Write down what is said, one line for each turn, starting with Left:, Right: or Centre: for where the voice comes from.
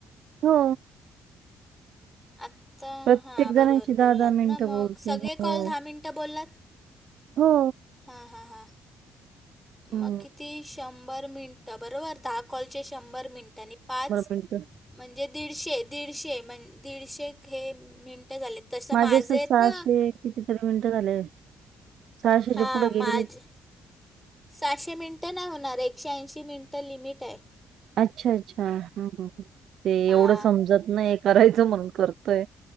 Right: हो
Centre: आत्ता
Right: प्रत्येक
Centre: हां
Right: जणांशी
Centre: बरोबर
Right: दहा
Centre: बोललात
Right: दहा मिनिटं
Centre: ना मग
Right: बोलते.
Centre: सगळे
Right: हो.
Centre: कॉल दहा मिनटं बोललात
Right: हो
Centre: हां हां हां
Right: हं.
Centre: मग किती शंभर मिनटं बरोबर दहा कॉलचे शंभर मिनटांनी पाच
Right: मिनिटं.
Centre: म्हणजे दीडशे दीडशे म्हणज दीडशे हे मिनटं झालेत तसं
Right: माझे
Centre: माझं
Right: असं
Centre: आहेत ना
Right: कितीतरी मिनटं झालेय सहाशेच्या
Centre: हां
Right: पुढं गेलेलं
Centre: माझे सहाशे मिनटं नाही होणार एकशे ऐंशी मिनटं लिमिट आहे
Right: अच्छा अच्छा ह ह ते
Centre: हां
Right: एवढं समजत नाही करायचं म्हणून करतोय